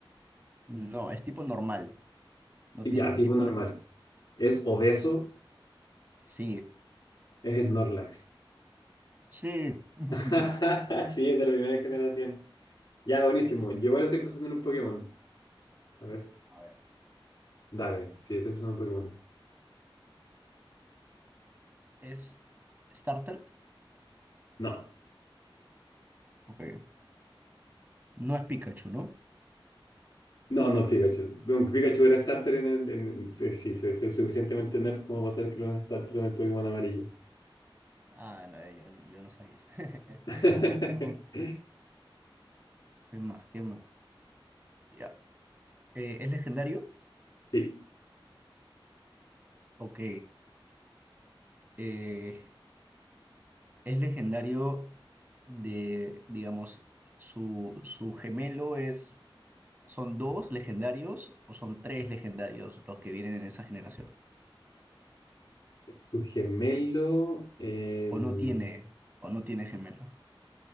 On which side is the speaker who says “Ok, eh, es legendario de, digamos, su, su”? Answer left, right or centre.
Right